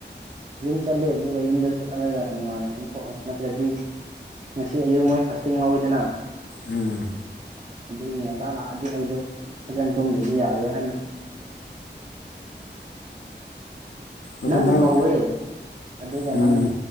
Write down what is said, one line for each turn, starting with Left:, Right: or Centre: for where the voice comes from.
Right: ꯌꯨꯝ ꯆꯠꯂꯦ ꯑꯗꯨꯒ ꯌꯨꯝꯗ ꯆꯠꯍꯂꯒ ꯅꯨꯡꯉꯥꯏꯅ ꯇꯨꯝꯊꯣꯛꯑꯦ ꯅꯠꯇ꯭ꯔꯗꯤ ꯉꯁꯤ ꯑꯌꯨꯛ ꯃꯣꯏ ꯐꯁꯇꯤꯡ ꯉꯥꯎꯑꯦꯗꯥꯅꯥ
Left: ꯎꯝ
Right: ꯑꯗꯨꯒꯤ ꯉꯟꯇꯥ ꯂꯥꯛꯑꯗꯤ ꯑꯩꯗꯣ ꯐꯖꯅ ꯇꯨꯝꯗ꯭ꯔꯗꯤ ꯌꯥꯔꯣꯏ ꯍꯥꯏꯅ
Left: ꯑꯗꯨ
Right: ꯅꯪꯕꯨ
Left: ꯅꯪ
Right: ꯀꯧꯏ ꯑꯗꯨꯒ
Left: ꯎꯝ
Right: ꯅꯪ